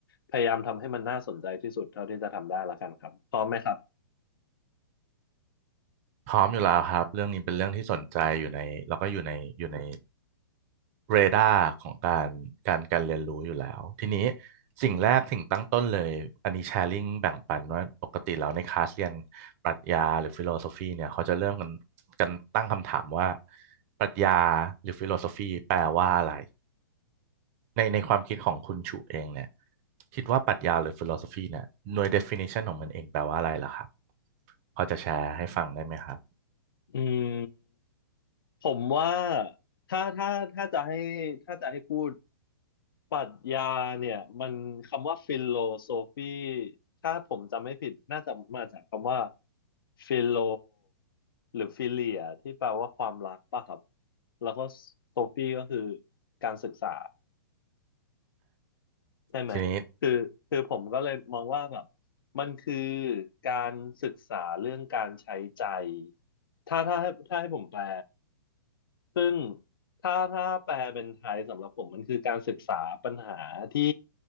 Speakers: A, on the left; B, on the right.
A: พยายามทำให้มันน่าสนใจที่สุดเท่าที่จะทำได้ละกันครับพร้อมไหมครับ
B: พร้อมอยู่แล้วครับเรื่องนี้เป็นเรื่องที่สนใจอยู่ในแล้วก็อยู่ในอยู่ใน เรดาร์ของการการการเรียนรู้อยู่แล้วทีนี้สิ่งแรกสิ่งตั้งต้นเลยอันนี้แชร์ลิงแบ่งปันว่าปกติแล้วในคลาสเรียนปรัชญาหรือฟิโลโซฟีเนี่ยเขาจะเริ่มกันกันตั้งคำถามว่าปรัชญาหรือฟิโลโซฟีแปลว่าอะไรในในความคิดของคุณชูเองเนี่ยคิดว่าปรัชญาหรือฟิโลโซฟีเนี่ยหน่วย definition ของมันเองแปลว่าอะไรล่ะครับพอจะแชร์ให้ฟังได้ไหมครับ
A: <laughs> อืม ผมว่าถ้าถ้าถ้าจะให้ถ้าจะให้พูดปรัชญาเนี่ยมันคำว่าฟิโลโซฟีถ้าผมจำไม่ผิดน่าจะมาจากคำว่าฟิโลหรือฟิเลียที่แปลว่าความรักป่ะครับแล้วก็โซฟีก็คือการศึกษาใช่ไหมคือคือผมก็เลยมองว่าแบบ
B: ทีนี้
A: มันคือการศึกษาเรื่องการใช้ใจถ้าถ้าให้ถ้าให้ผมแปล ซึ่งถ้าถ้าแปลเป็นไทยสำหรับผมมันคือการศึกษาปัญหาที่